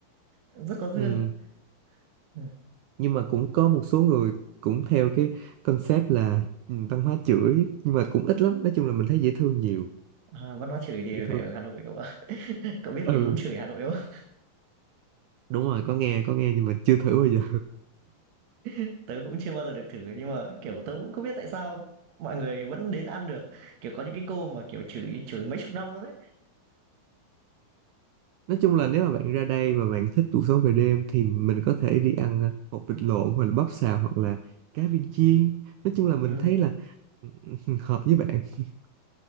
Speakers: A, on the right; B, on the right.
A: rất có duyên.
B: Ừ.
A: Ờ.
B: nhưng mà cũng có một số người cũng theo cái concept là ừ, văn hóa chửi nhưng mà cũng ít lắm nói chung là mình thấy dễ thương nhiều
A: À, văn hóa chửi thì
B: dễ thương
A: phải ở Hà Nội cậu ạ. <laughs> Cậu biết
B: ừ
A: cái bún chửi Hà Nội không?
B: đúng rồi có nghe có nghe nhưng mà chưa thử bao giờ
A: <laughs> Tớ cũng chưa bao giờ được thử nhưng mà kiểu tớ cũng không biết tại sao mọi người vẫn đến ăn được. Kiểu có những cái cô mà kiểu chửi chửi mấy chục năm luôn đấy
B: Nói chung là nếu mà bạn ra đây mà bạn thích cuộc sống về đêm thì mình có thể đi ăn à, hột vịt lộn hoặc là bắp xào hoặc là cá viên chiên. Nói chung là mình
A: Ừ,
B: thấy là <laughs> hợp với bạn <laughs>